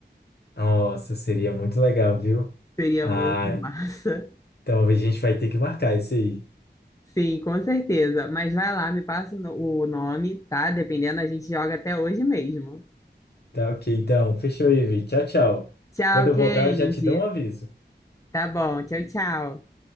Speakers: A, on the left; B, on the left.
A: Nossa, seria muito legal, viu?
B: Seria
A: Ah,
B: muito massa.
A: então a gente vai ter que marcar isso aí.
B: Sim, com certeza. Mas vai lá, me passa o no- o nome, tá? Dependendo, a gente joga até hoje mesmo.
A: Tá ok, então. Fechou, Ivi. Tchau, tchau.
B: Tchau,
A: Quando eu
B: Kennedy.
A: voltar, eu já te dou um aviso.
B: Tá bom, tchau, tchau.